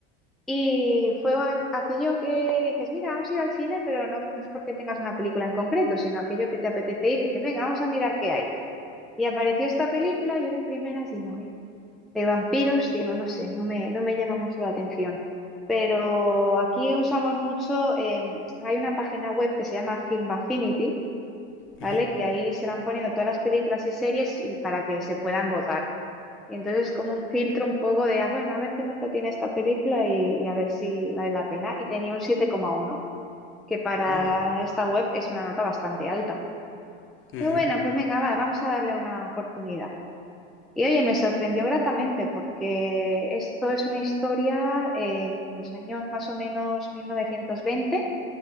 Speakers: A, in the centre; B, on the left.
A: y fue aquello que dices, mira, vamos a ir al cine, pero no, no es porque tengas una película en concreto, sino aquello que te apetece ir y dices, venga, vamos a mirar qué hay. Y apareció esta película y yo de primeras digo, de vampiros, digo, no sé, no me, no me llama mucho la atención. Pero aquí usamos mucho, em, hay una página web que se llama Film Affinity,
B: Ujú.
A: ¿vale? Que ahí se van poniendo todas las películas y series y para que se puedan votar. Y entonces como un filtro un poco de, ah, bueno, a ver qué nota tiene esta película y, y a ver si vale la pena. Y tenía un siete coma uno que para
B: Mm.
A: esta web es una nota bastante alta.
B: Ujú,
A: Qué buena, pues venga, va, vamos a darle una oportunidad. Y oye, me sorprendió gratamente porque esto es una historia en los años más o menos 1920